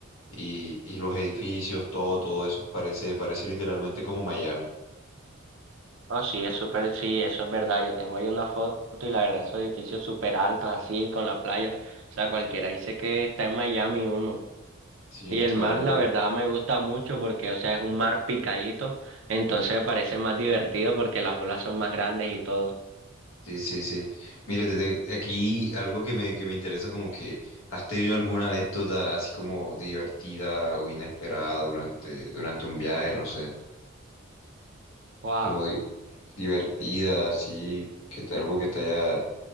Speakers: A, on the left; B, on the right.
A: Y, y los edificios, todo, todo eso parece, parece literalmente como Miami.
B: Oh, sí, es súper, sí, eso es verdad. Yo tengo ahí una foto y la verdad, esos edificios súper altos, así, con la playa. O sea, cualquiera dice que está en Miami uno.
A: Sí,
B: Y el
A: claro.
B: mar, la verdad, me gusta mucho porque, o sea, es un mar picadito, entonces me parece más divertido porque las olas son más grandes y todo.
A: Sí, sí, sí. Mire, te- te- aquí algo que me, que me interesa, como que has tenido alguna anécdota así como divertida o inesperada durante, durante un viaje, no sé,
B: Guau,
A: como di- divertida, así, que te, algo que te haya,